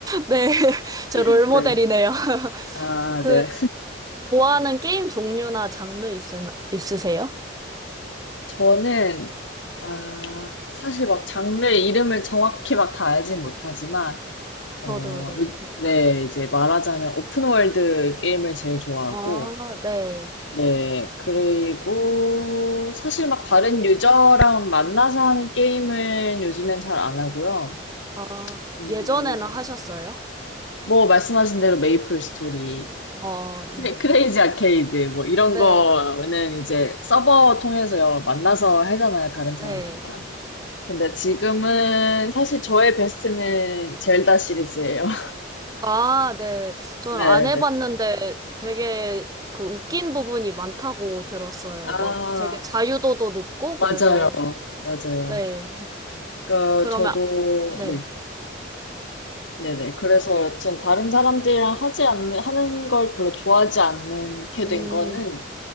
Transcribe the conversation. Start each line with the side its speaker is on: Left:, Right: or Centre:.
Right: 네. <laughs> 제
Left: <laughs>
Right: 롤모델이네요.
Left: 네.
Right: <laughs>
Left: 아,
Right: 그
Left: 네.
Right: 좋아하는 게임 종류나 장르 있으, 있으세요?
Left: 저는, 아, 사실 막 장르 이름을 정확히 막 다 알진 못하지만,
Right: 저도
Left: 어,
Right: 네.
Left: 요- 네, 이제 말하자면 오픈월드 게임을 제일 좋아하고,
Right: 아, 네.
Left: 네, 그리고 사실 막 다른 유저랑 만나서 하는 게임은 요즘엔 잘 안 하고요.
Right: 아,
Left: 음,
Right: 예전에는 하셨어요?
Left: 뭐 말씀하신 대로 메이플 스토리,
Right: 어, 네.
Left: 크레- 크레이지 아케이드, 뭐 이런
Right: 네,
Left: 거는 이제 서버 통해서 만나서 하잖아요, 다른
Right: 네.
Left: 사람들이랑. 근데 지금은 사실 저의 베스트는 젤다 시리즈예요. <laughs>
Right: 아, 네. 전
Left: 네,
Right: 안 해봤는데
Left: 네.
Right: 되게 그 웃긴 부분이 많다고 들었어요.
Left: 아,
Right: 막 되게 자유도도 높고
Left: 맞아요.
Right: 그래서,
Left: 맞아요.
Right: 네.
Left: 그러니까
Right: 그러면,
Left: 저도
Right: 네.
Left: 네. 네네. 그래서 여튼 다른 사람들이랑 하지 않는 하는 걸 별로 좋아하지 않게
Right: 음,
Left: 된 거는